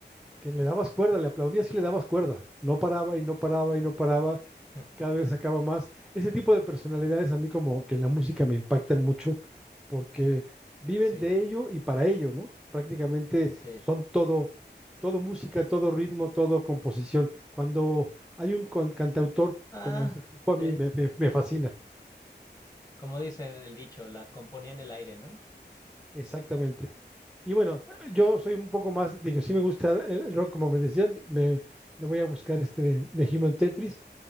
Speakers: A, in the centre; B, on the left (about 20°).
A: que le dabas cuerda, le aplaudías y le dabas cuerda. No paraba y no paraba y no paraba,
B: <laughs>
A: y cada vez sacaba más. Ese tipo de personalidades a mí como que en la música me impactan mucho porque viven
B: sí,
A: de ello y para ello, ¿no? Prácticamente
B: sí.
A: son todo, todo música, todo ritmo, todo composición. Cuando hay un con- cantautor
B: Ah,
A: como ese tipo, a mí
B: sí.
A: me, me- me fascina,
B: Como dicen el dicho, las componía en el aire, ¿no?
A: exactamente. Y bueno, yo soy un poco más, digo, sí me gusta el el rock, como me decían, me, le voy a buscar este de, de Human Tetris,